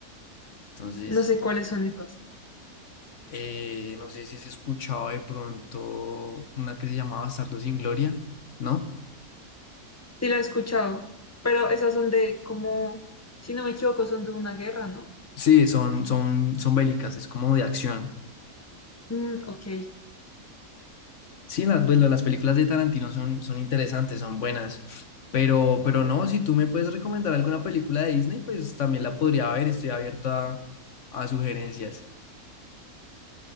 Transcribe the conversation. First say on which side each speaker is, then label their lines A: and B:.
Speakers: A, on the left; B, on the left.
A: entonces
B: No sé cuáles son esas.
A: eh, no sé si has escuchado de pronto una que se llamaba Bastardos sin Gloria, ¿no?
B: Sí la he escuchado, pero esas son de como, si no me equivoco, son de una guerra, ¿no?
A: Sí, son, son, son bélicas, es como de acción.
B: Mm, ok.
A: Sí, las, pues, las películas de Tarantino son, son interesantes, son buenas, pero, pero no, si tú me puedes recomendar alguna película de Disney, pues también la podría ver, estoy abierto a, a sugerencias.